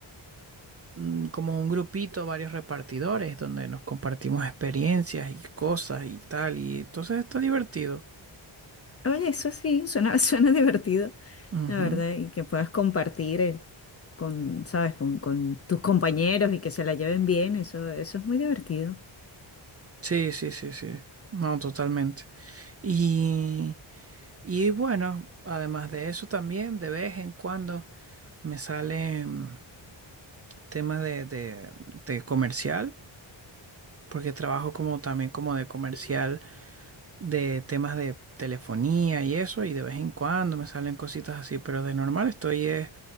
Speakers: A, on the right; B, on the left.
A: mm, como un grupito, varios repartidores donde nos compartimos experiencias y cosas y tal, y entonces está divertido.
B: Oye, eso sí, suena, <laughs> suena divertido,
A: Ujú.
B: la verdad, y que puedas compartir eh, con, ¿sabes? Con, con tus compañeros y que se la lleven bien, eso, eso es muy divertido.
A: Sí, sí, sí, sí. No, totalmente. Y, y bueno, además de eso también, de vez en cuando me salen temas de, de, de comercial, porque trabajo como también como de comercial de temas de telefonía y eso, y de vez en cuando me salen cositas así, pero de normal estoy eh,